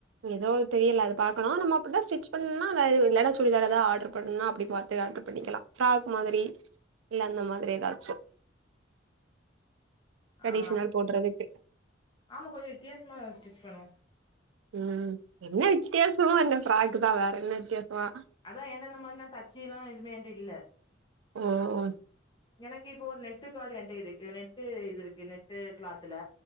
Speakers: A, on the right (about 85°); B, on the left (about 25°).
A: ஏதோ தெரியல அத பாக்கணு நம்ம அப்டினா ஸ்டிச் பண்ண அது ஆன்லைன்ல சுடிதார் ஏதாவது ஆர்டர் பண்ணா அப்டி இத ஆல்ட்டர் பண்ணிக்கலா பிராக் மாதிரி இல்ல அந்த மாதிரி ஏதாச்சு
B: <inaudible>
A: ட்ரெடிஷ்னல்
B: அ அ
A: போட்றதுக்கு
B: ஆமா கொஞ்சோ வித்தியாசம ஸ்டிச் பண்ணுவோ
A: ம் என்ன வித்யாசமா இந்த பிராக் தா வேற என்ன வித்யாசமா
B: அதா ஏனா அந்த மாதிரி நா தச்சி எல்லா எதுவுமே என்ட இல்ல
A: ஓ
B: எனக்கு இப்போ ஒரு நெட்டு கார்டு என்ட இருக்கு நெட்டு இது இருக்கு நெட்டு கிளாத்ல